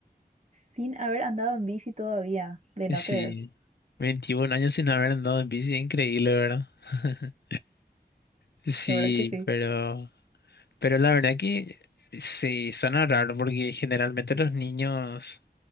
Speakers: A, on the right; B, on the left.
A: sin haber andado en bici todavía? De
B: Y
A: no
B: sí,
A: creer.
B: 21 años sin haber andado en bici, es increíble, ¿verdad? <laughs> Sí,
A: De verdad que sí.
B: pero, pero la verdad que sí, suena raro porque generalmente los niños